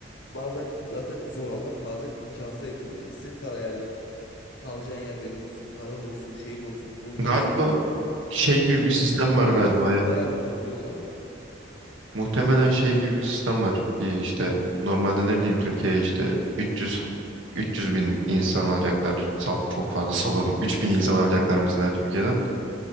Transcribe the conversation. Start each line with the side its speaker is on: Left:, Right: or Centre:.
Left: Bazen zaten zor almak bazen imkansız ekonomi. İstediğin kadar ayarla. Kalacağın yer belli olsun. Paran olsun, şeyin olsun, pulun
Right: Galiba
Left: olsun. Ama
Right: şey gibi bir sistem var
Left: orada
Right: galiba
Left: biz bir-
Right: ya.
Left: bayağı bir zorluyorlar yani.
Right: Muhtemelen şey gibi bir sistem var. Ee, işte normalde ne bileyim Türkiye'ye işte 300 300 bin insan alacaklar. Sal, çok fazla salladım. üç bin insan alacaklar mesela Türkiye'den.